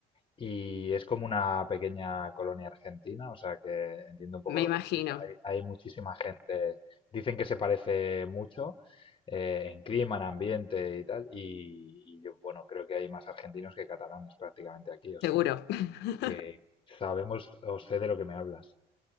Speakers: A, on the left; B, on the left.
A: y es como una pequeña colonia argentina, o sea que entiendo un poco
B: Me
A: lo
B: imagino,
A: que me dices. Hay, hay muchísima gente, dicen que se parece mucho eh, en clima, en ambiente y tal, y, y yo, bueno, creo que hay más argentinos que catalanes prácticamente aquí, o
B: seguro.
A: sea que,
B: <laughs>
A: que sabemos o sé de lo que me hablas.